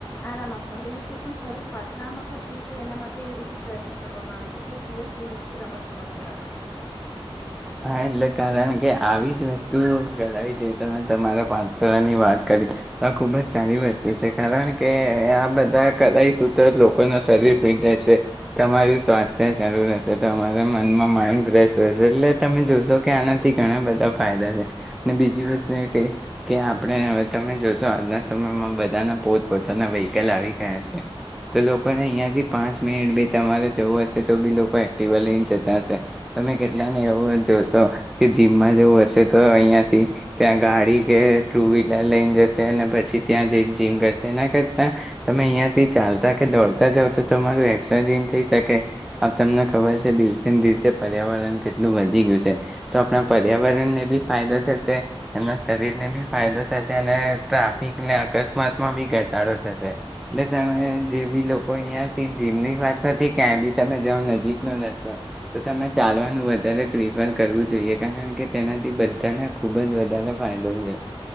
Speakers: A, on the left; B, in the centre.
A: આરામ આપવાનું એ રીતે પણ શરીર પાઠશાળામાં પણ ફીટ રહે એના માટે એ રીતે પ્રયત્ન કરવામાં આવે છે કે એક દિવસ એ રીતે રમત ગમત રાખ
B: હા એટલે કારણ કે આવી જ વસ્તુ કરાવવી જોઈએ તમે તમારા પાઠશાળા ની વાત કરી તો આ ખુબ જ સારી વસ્તુ છે કારણ કે આ બધા કરી સત્ર લોકો ન શરીર ફિટ રહેશે તમારું સ્વાસ્થ્ય સારું રહેશે તમારા મનમાં માઇન્ડ ફ્રેશ રહેશે. એટલે તમે જોશો કે આનાથી ઘણા બધા ફાયદા છે અનેને બીજી વસ્તુ એ ક કે આપણે હવે તમે જોશો આજના સમયમાં બધાના પોત પોોતાના વ્હીકલ આવી ગયા છે તો લોકોને અહીંયાથી પાંચ મિનિટ બી તમારે જવું હશે તો બી લોકો એક્ટિવ લઈને જતા હશે તમે પેલાને એવું જોશો કે જીમમાં જેવું હશે, તો અહિયાંથી ત્યાં ગાડી કે ટુ-વ્હીલર લઈને જશે, અને પછી ત્યાં જઈને જીમ કરશે. એના કરતા તમે અહિયાંથી ચાલતા કે દોડતા જાવ, તો તમારું એસ્ટ્રા જીમ થઈ શકે. આ તમને ખબર છે, દિવસે ને દિવસે પર્યાવરણ કેટલું વધી ગયું છે, તો આપણા પર્યાવરણને બી ફાયદો થશે, એમના શરીરને બી ફાયદો થશે, અને ટ્રાફિક ને અકસ્માતમાં બી ઘટાડો થશે. એટલે તમે જેવી લો. કોઈ અહિયાંથી જીમની વાત નથી, ક્યાંય બી. તમે જાવ, નજીક ન જતો તો, તમે ચાલવાનું વધ પ્રિફર કરવું જોઈએ કારણ કે, તેનાથી બધાને ખુબ જ વધારે ફાયદો છે.